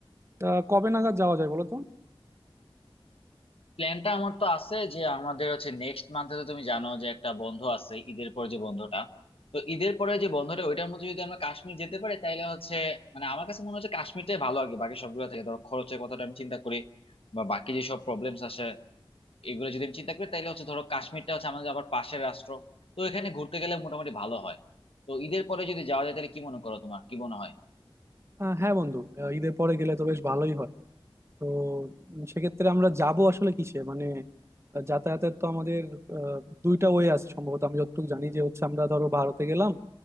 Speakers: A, on the right (about 30°); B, on the left (about 80°).
A: তা কবে নাগাদ যাওয়া যায় বলো তো
B: প্ল্যানটা আমার তো আছে যে আমাদের হচ্ছে নেক্সট মান্থে তো তুমি জানো যে একটা বন্ধ আছে ঈদের পর যে বন্ধটা তো ঈদের পরে যে বন্ধটা ওইটার মধ্যে যদি আমরা কাশ্মীর যেতে পারি তাহলে হচ্ছে মানে আমার কাছে মনে হচ্ছে কাশ্মীরটাই ভালো আগে বাকি সবগুলো থেকে ধরো খরচের কথাটা আমি চিন্তা করি বা বাকি যেসব প্রবলেমস আসে এগুলো যদি আমি চিন্তা করি তাহলে হচ্ছে ধরো কাশ্মীরটা হচ্ছে আমাদের আবার পাশের রাষ্ট্র তো এখানে ঘুরতে গেলে মোটামুটি ভালো হয় তো ঈদের পরে যদি যাওয়া যায় তাহলে কি মনে করো তোমার কি মনে হয়
A: আহ, হ্যাঁ বন্ধু আহ, ঈদের পরে গেলে তো বেশ ভালোই হয় তো উম, সেক্ষেত্রে আমরা যাব আসলে কিসে মানে আহ, যাতায়াতের তো আমাদের আহ, দুইটা ওয়ে আছে সম্ভবত আমি যতটুকু জানি যে হচ্ছে আমরা ধরো ভারতে গেলাম